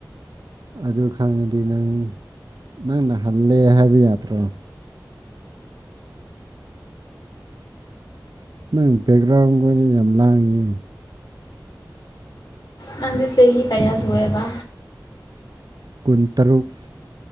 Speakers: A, on the right; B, on the left.
A: ꯑꯗꯨ ꯈꯪꯉꯗꯤ ꯅꯪ ꯅꯪꯅ ꯍꯜꯂꯦ ꯍꯥꯏꯕꯤ ꯌꯥꯇ꯭ꯔꯣ ꯅꯪ ꯕꯦꯛꯒ꯭ꯔꯥꯎꯟꯒ ꯒꯣꯏꯗꯣ ꯌꯥꯝ ꯂꯥꯡꯉꯤ
B: ꯅꯪꯗꯤ ꯆꯍꯤ ꯀꯌꯥ ꯁꯨꯋꯦꯕ
A: ꯀꯨꯟꯇꯔꯨꯛ